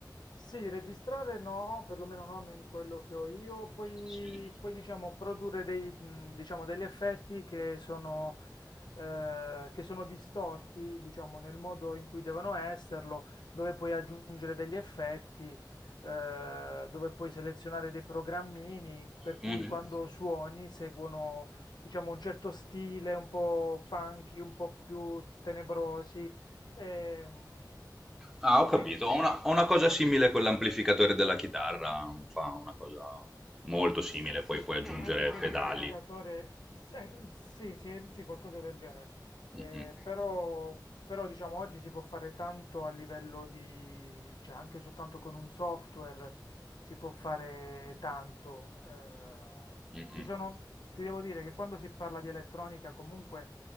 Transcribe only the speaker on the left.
Sì, registrare no, perlomeno non in quello che ho io, poi,
poi, diciamo produrre dei, mh, diciamo, degli effetti che sono, eh, che sono distorti, diciamo, nel modo in cui devono esserlo, dove puoi aggiungere degli effetti, eh, dove puoi selezionare dei programmini, per cui
quando suoni seguono, diciamo, un certo stile, un po' funky, un po' più tenebrosi. Ehm,
sì,
Sì,
anche se
l'amplificatore, se- sì, sì, sì, qualcosa del genere. Eh,
però, però, diciamo, oggi si può fare tanto a livello di, cioè anche soltanto con un software si può fare tanto. Eh,
ci sono, ti devo dire che quando si parla di elettronica comunque